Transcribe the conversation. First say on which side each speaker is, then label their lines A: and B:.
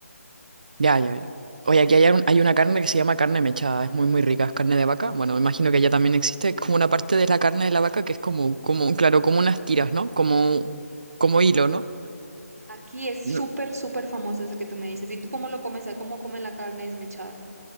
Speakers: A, on the right (about 30°); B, on the right (about 80°).
A: Ya, ya, ya. Oye, aquí hay, un- hay una carne que se llama carne mechada, es muy, muy rica, es carne de vaca. Bueno, imagino que allá también existe, es como una parte de la carne de la vaca que es como, como, claro, como unas tiras, ¿no? Como, como hilo, ¿no?
B: Aquí es súper,
A: No,
B: súper famoso eso que tú me dices. ¿Y tú cómo lo comes? ¿Cómo comen la carne desmechada?